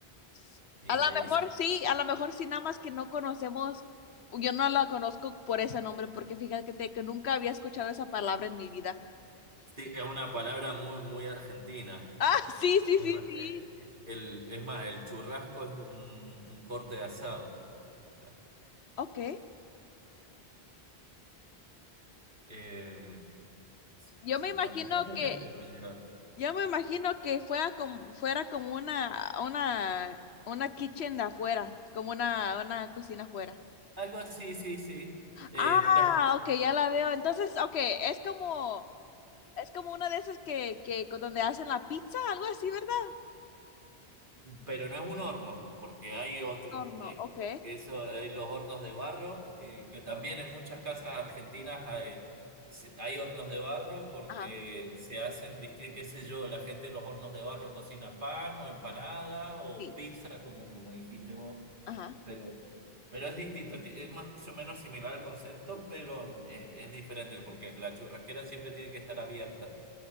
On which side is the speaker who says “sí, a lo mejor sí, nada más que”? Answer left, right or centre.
Left